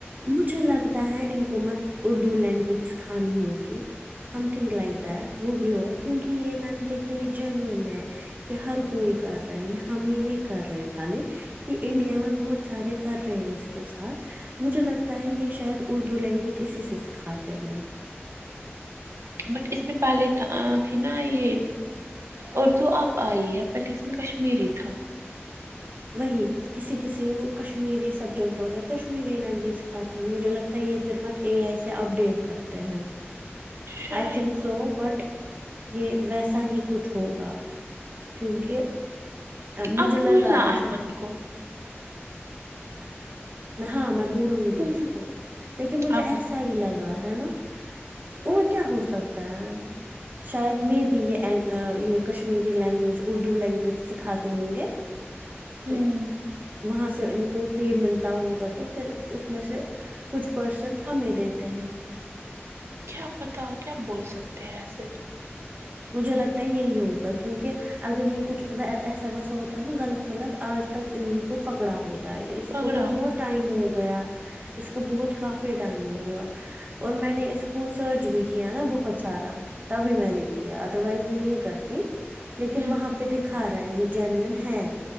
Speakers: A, on the right (about 40°); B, on the right (about 85°).
A: مجھے لگتا ہے ان کو مت اردو لینگویج سکھانی ہوگی سم تھنگ لائک دیٹ وہ بھی ہوگا کیونکہ یہ میں نے دیکھا یہ جینون ہے کہ ہر کوئی کر رہا ہےیہ ہم ہی نہیں کر رہے ہیں خالی یہ
B: ہوں
A: انڈیا میں بہت سارے کر رہے ہیں اس کے ساتھ مجھے لگتا ہے یہ شاید اردو لینگویج اسی سے سکھاتے ہیں
B: بٹ اس میں پہلے تھا آ تھی نا یے اردو اب آئی ہے پہلے اس میں کشمیری تھا
A: وہی کسی کسی کو کشمیری سبجیکٹ ہوتا ہے کشمیری لینگویج سکھاتے ہیں مجھے لگتا ہے یے فیر مت اے آئی سے اپ ڈیٹ کرتے ہیں
B: شاید
A: آئی تھنک سو بٹ یے ویسا ہی کچھ ہوگا کیونکہ آ مجھے
B: اب
A: لگا
B: بولنا
A: ایسے
B: ایئمن کو
A: ہاں میں بولوں گی
B: ہ
A: اس کو لیکن مجھے
B: اب
A: ایسا ہی لگا ہے نا اور کیا ہو سکتا ہے شاید میں بی یے یے کشمیری لینگویج اردو لینگویج سکھاتے ہوں گے
B: آمم
A: تو وہاں سے ان کو فی ملت تا ہوگا تو فیر اس میں سے کچھ پرسنٹ ہمیں دیتے ہیں
B: کیا پتا کیا بول سکتے ہیں ایسے
A: مجھے لگتا ہے یہی ہوگا کیونکہ اگر یے کچھ ایسا ویسا ہوتا ہے نا غلط غلط آج تک ان کو پکڑا ہوتا تا اس
B: پگڑا
A: کو تو بہت ٹائم ہو گیا اس کو بہت کافی ٹائم ہو گیا اور میں نے اس کو سرچ بھی کیا نا بہت سارا تبھی میں نے کیا ادر وائز میں نہیں کرتی لیکن
B: ہوں
A: وہاں پے دکھا رہا ہے یے جینوین ہے